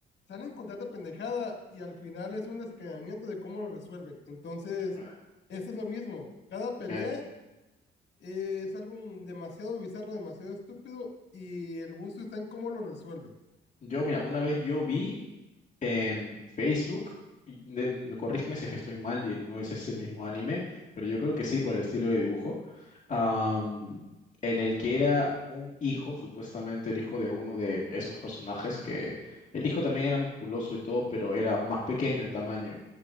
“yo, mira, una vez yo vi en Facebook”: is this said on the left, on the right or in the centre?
Left